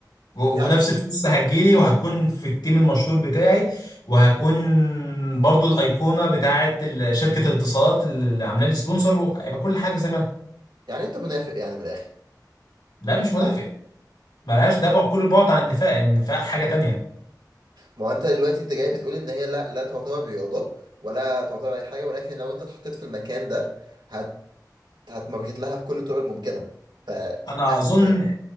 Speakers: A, on the left (about 85°); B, on the right (about 85°).
A: و-
B: يعني
A: ونفس
B: انت
A: الفلوس هتجيلي وهكون في التيم المشهور بتاعي وهكون برضو الايقونه بتاعه ال- شركه الاتصالات اللي عامله لي سبونسر وهيبقى كل حاجه زي ما أنا.
B: يعني انت منافق يعني من الاخر
A: لا مش منافق ملهاش ده بعد- كل البعد عن النفاق النفاق حاجه تانية
B: ما هو انت دلوقتي انت جاي بتقول ان هي لا لا تعتبر رياضه ولا تعتبر اي حاجه ولكن لو انت اتحطيت في المكان ده هت هتماركت لها بكل الطرق الممكنه ف يعني
A: انا اظن
B: ازاي؟